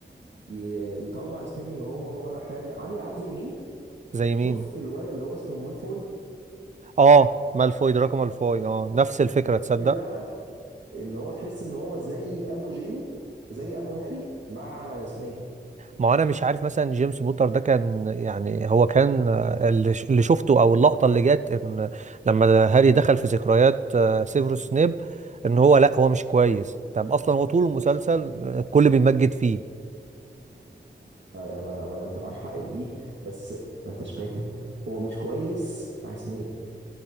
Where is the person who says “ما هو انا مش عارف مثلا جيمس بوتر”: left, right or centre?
Right